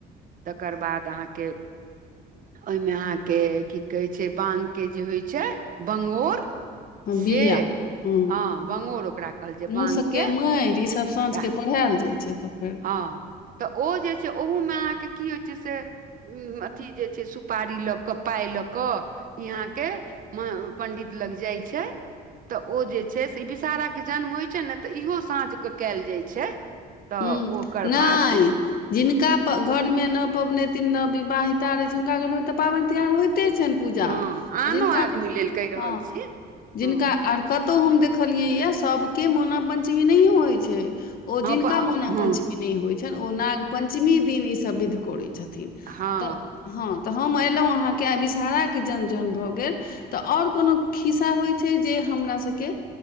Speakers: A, on the right; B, on the left.
A: तकर बाद अहाँ केँ ओहिमे अहाँकेँ की कहै छै बांग के जे होइ छै बंगोर से
B: बिआ हु
A: हँ बंगोर ओकरा कहल छै बांग
B: मुस केँ
A: के
B: माइट ईसभ साँझ
A: राह।
B: केँ पढ़ायल जाइ छै तऽ फेर
A: हँ तऽ ओ जे छै ओहूमे अहाँ कें की होइ छै से अथि जे छै सुपारी लऽ कऽ पाइ लऽ कऽ इ अहाँ केँ म पंडित लग जाइ छै तऽ ओ जे छै से विषहारा के जन्म होइ छै ने तऽ इहो साँझ के कयल जाय छै तऽ
B: हू
A: ओकर
B: नै
A: बाद जे
B: जिनका घर में न पबनैतन न विवाहिता रहय छै हुनका घर में ते पाबनि तियहार होय ते छनि पूजा
A: हँ आनो
B: आ जिनका
A: आदमी लेल कहि रहल
B: हँ
A: छी
B: <inaudible> जिनका
A: हँ
B: आर कऽ कतहु हम देखलियैए सभ केँ मैना पञ्चमी नहियो होइत छै ओ
A: हँ
B: जिनका
A: प
B: मौना
A: हँ
B: पञ्चमी नहि होइत छनि ओ नाग पञ्चमी दिन ईसभ विध करैत छथिन
A: हँ
B: तऽ हँ तऽ हम अयलहुँ अहाँ केँ आइ विषहारा केँ जन्म जहन भऽ गेल तऽ और कोनो खिस्सा होइ छै जे हमरासभ केँ